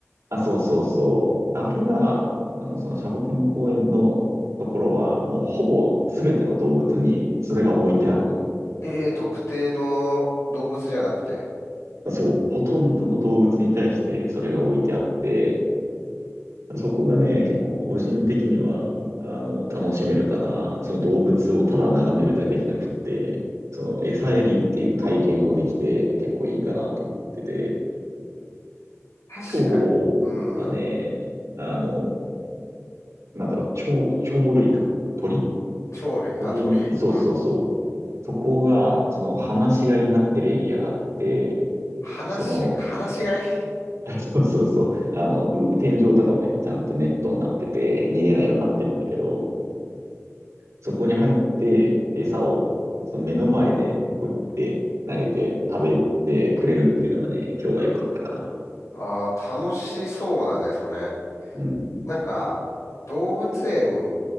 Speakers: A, on the right (about 75°); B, on the left (about 75°).
A: あ、そうそうそう。あれが、あの、そのシャボテン公園のところは、もうほぼ全ての動物にそれが置いてあるのよ。
B: ええ、特定の動物じゃなくて、
A: そう、ほとんどの動物に対してそれが置いてあって、そこがね、結構個人的には、あの、楽しめるかな。その動物をただ眺めるだけじゃなくって、その餌やりっていう体験もできて結構いいかなと思ってて、
B: 確かに。
A: 今日はね、
B: うんうん。
A: あの、なんだろう、鳥、鳥類館、鳥
B: 鳥類、
A: 鳥、
B: あ、鳥、
A: そうそうそう。
B: うん。
A: そこが、その、放し飼いになってるエリアがあって、
B: 話し、
A: その、
B: 話し飼い <laughs>
A: <laughs> そうそうそう。あの、う天井とかをね、ちゃんとネットになってて、逃げないようになってるんだけど、そこに入って、餌を、その目の前で、ポイって投げて、食べてくれるっていうのがね、今日は良かったかな。
B: ああ楽しそうだね、それ。
A: うん。
B: なんか、動物園